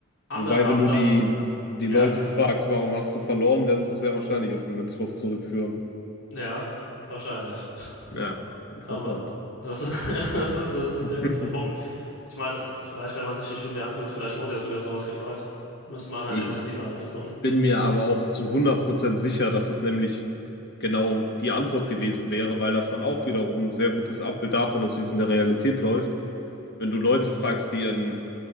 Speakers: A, on the left; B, on the left.
A: Alle
B: Wobei,
A: haben
B: wenn du
A: das,
B: die, die Leute
A: ja,
B: fragst, warum hast du verloren, werden sie es sehr wahrscheinlich auf den Münzwurf zurückführen.
A: ja, wahrscheinlich.
B: Ja, interessant.
A: Aber das ist, <laughs> das ist, das ist
B: <laughs>
A: ein sehr guter Punkt. Ich meine, vielleicht, wenn man sich die Studie anguckt, vielleicht wurde ja sogar sowas gefragt. Müsste man halt
B: Ich
A: intensiver reingucken.
B: bin mir aber auch zu hundert Prozent sicher, dass es nämlich genau die Antwort gewesen wäre, weil das dann auch wiederum ein sehr gutes Abbild davon ist, wie es in der Realität läuft. Wenn du Leute fragst, die in